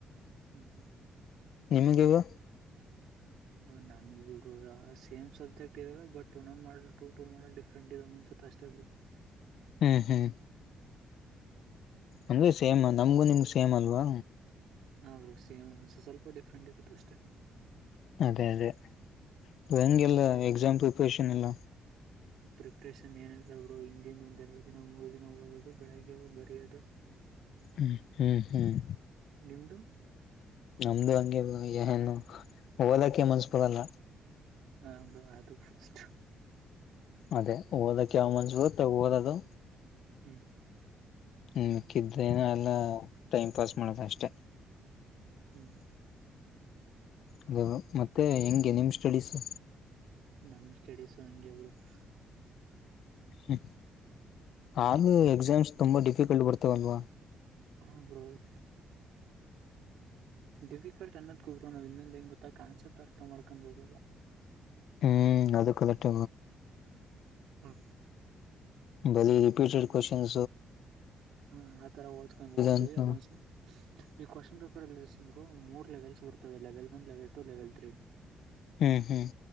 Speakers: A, on the right; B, on the left.
A: ಹ
B: ನಿಮಗೆ ಬ್ರೋ
A: ನಮಿಗೂರು ಸೇಮ ಸಬ್ಜೆಕ್ಟ್ ಇವೆ ಬಟ್ ಒಂದೊಂದ model to to model different ಇದಾವೆ ಅನಿಸುತ್ತೆ ಅಷ್ಟೆ ಅ ಬ್ರೋ <unintelligible>
B: ಹ್ಮ್ ಹ್ಮ್ ಅಂದ್ರೆ ಸೇಮ್ ನಮ್ಗು ನಿಮಗು ಸೇಮ್ ಅಲ್ವಾ
A: ಆ ಬ್ರೋಯಿ ಸೇಮ್ ಒಂದ ಸ್ವಲ್ಪ ಡಿಫ್ರೆಂಟ್ ಇರುತ್ತೆ ಅಷ್ಟೆ
B: ಅದೇ ಅದೇ ಹೆಂಗೆಲ್ಲ
A: ಹ್ಮ್
B: ಎಕ್ಸಾಮ್ ಪ್ರಿಪರೇಷನ್ ಎಲ್ಲ.
A: ಪ್ರಿಪ್ರೇಷನ್ ಏನ ಇಲ್ಲ ಅವರು ಹಿಂದಿಂದ ಒಂದೆರಡು ದಿನ ಮೂರು ದಿನ ಹಓದದು ಬೆಳಗ್ಗೆ ಹೋಗಿ ಬರೆಯೋದು.
B: ಹ್ಮ್ ಹ್ಮ್
A: ನಿಮ್ದು
B: ನಮ್ದು ಹಂಗೆ ಬ್ರೋ ಏನು ಓದಕ್ಕೆೆ ಮನ್ಸ ಬರಲ್ಲ
A: ಹ ಅದು <unintelligible>
B: ಅದೇ ಓದಕ್ಕೆ ಯಾವ ಮನ್ನಸ ಬರ್ತೆ ಅವಾಗ ಓದದು
A: ಹ್ಮ
B: ನಿಕ್ಕಿದ್ದೇನ ಎಲ್ಲ ಟೈಮ್ ಪಾಸ್ ಮಾಡದು ಅಷ್ಟೆ.
A: ಹ್ಮ್
B: <inaudible> ಮತ್ತೆ ಹೆಂಗೆ ನಿಮ್ ಸ್ಟಡಿಸು
A: ನಮ್ ಸ್ಟಡೀಸ್ ಹಂಗೆ ಬ್ರೋ <unintelligible> <inaudible>
B: ಹ್ಮ ಆದ್ರು ಎಕ್ಸಾಮ್ಸ್ ತುಂಬಾ ಡಿಫಿಕಲ್ಟ್ ಬರ್ತವ ಅಲ್ವಾ
A: ಆ ಬ್ರೋಯಿ
B: <inaudible>
A: ಡಿಫಿಕಲ್ಟ್ ಅನ್ನೋದ್ ಕೂಗರು ನಾವ್ ಇನ್ನೊಂದು ಹೆಂಗ ಗೊತ್ತಾ ಕಾನ್ಸೆಪ್ಟ್ ಅರ್ಥ ಮಾಡ್ಕೊಂಡ ಓದಲ್ಲ
B: ಹ್ಮ್ ಅದು ಕಲೆಟ್
A: ಹಾ
B: ಬಲಿ ರಿಪೀಟೆಡ್ ಕ್ವೆಶ್ಚನ್
A: ಹಾ ಆತರ ಓದ್ಕೊಂಡ್ ಹೋಗ್ತೀವಿ
B: ಅಂತ
A: ಅಲ್ಲೊಂದ ಈ ಕ್ವಶನ್ ಪೇಪರ್ ಬ್ರೋ ಮೂರ್ ಲೆವೆಲ್ಸ್ ಬರ್ತವೆ level one level two level three
B: ಹ್ಮ್ ಹ್ಮ್